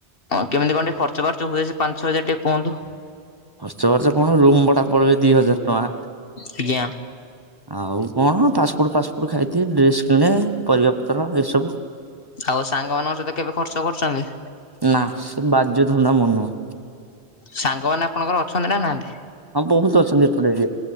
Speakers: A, on the left (about 55°); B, on the right (about 20°).
A: ହଁ କେମିତି କଣ ଟିକେ ଖର୍ଚ ବାର୍ଚ୍ଚ ହୁଏ, ସେ ପାଞ୍ଚଛଅ ହଜାର ଟିକେ କୁହନ୍ତୁ?
B: ଖର୍ଚ୍ଚ ବାର୍ଚ କଣ, ରୁମ ଭଡା ପଳେଇବ ଦି ହଜାର ଟଙ୍କା।
A: ଆଜ୍ଞା
B: ଆଉ କଣ ଫାଷ୍ଟଫୁଡ ଫାଷ୍ଟଫୁଡ ଖାଇଦିଏ, ଡ୍ରେସ୍ କିଣେ, ପରିବା ପତ୍ର ଏସବୁ
A: ଆଉ ସାଙ୍ଗମାନଙ୍କ ସହିତ କେବେ ଖର୍ଚ୍ଚ କରୁଛନ୍ତି?
B: ନା ସେ ବାଜେ ଧନ୍ଦା ମୋର ନୁହଁ।
A: ସାଙ୍ଗମାନେ ଆପଣଙ୍କର ଅଛନ୍ତି ନା ନାହାଁନ୍ତି?
B: ହଁ ବହୁତ ଅଛନ୍ତି, ଏପଟେ ଏରିଆ